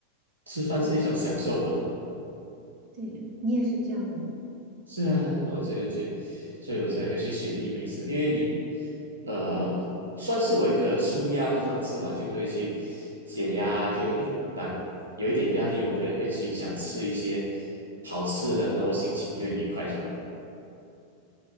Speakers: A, on the right; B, on the right.
A: 吃饭是一种享受嘛。
B: 对吧？对呀，你也是这样的吗？
A: 是啊，我就就所以我才会去寻觅美食，因为你，呃，算是我一个舒压的方式吧，就是会去解压，就是诶，难有一点压力，我可能会去想吃一些好吃的，然后心情就愉快出来。